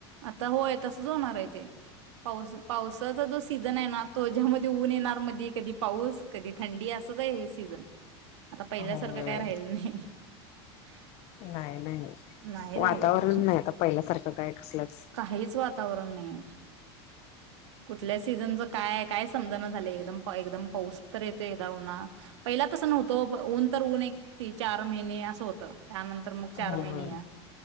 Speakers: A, on the right; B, on the left.
A: आता होय तसच होणार आहे ते. पाऊस पावसाचा जो सीझन आहे ना तो ज्यामध्ये ऊन येणार मधी कधी पाऊस, कधी थंडी, असच आहे हे सीझन. आता पहिल्यासारखं
B: होय
A: काय राहिल नाही. ह
B: नाही- नाही.
A: नाही
B: वातावरण
A: राहिलेलं.
B: नाही आता पहिल्यासारखं काय कसलंच
A: काहीच वातावरण नाही आहे. कुठल्या सीझनच काय काय समजना झालेय एकदम. एकदम पाऊस तर येतो एकदा उन्हा पहिला तसं नव्हतो ऊन तर ऊन एक ती चार महिने असं होत. त्यानंतर मग चार
B: हो
A: महिने
B: ग.
A: या